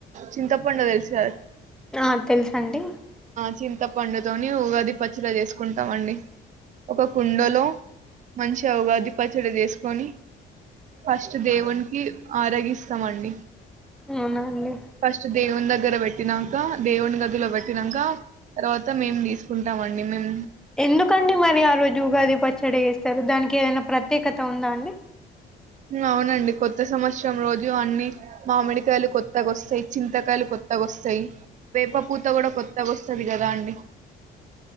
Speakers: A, on the right (about 45°); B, in the centre.
A: చింతపండు తెలుసారా
B: ఆ తెలుసుండి
A: చింతపండుతోని ఉగాది పచ్చడి చేసుకుంటామండి, ఒక కుండలో మంచి ఉగాది పచ్చడి చేసుకొని, ఫస్ట్ దేవునికి ఆరగిస్తామండి.
B: అవునండి
A: ఫస్ట్ దేవు ద దూరవ్ పెట్టినాక దేవుని గదిలో పెట్టినాక తర్వాత మేము తీసుకుంటాం అండి మేం
B: ఎందుకండీ మరి ఆ రోజు ఉగాది ప చెడ చేస్తారు దానికి ఏదైనా ప్రత్యేకత ఉందా అండి
A: అవునండి కొత్త సంవత్సరం రోజు అన్నిీ మామిడికాయలు కొత్తగా వస్తాయి, చింతకాయలు కొత్తగా వస్తాయి, వేప పూత కూడా కొత్తగా వస్తంది కదా అండి.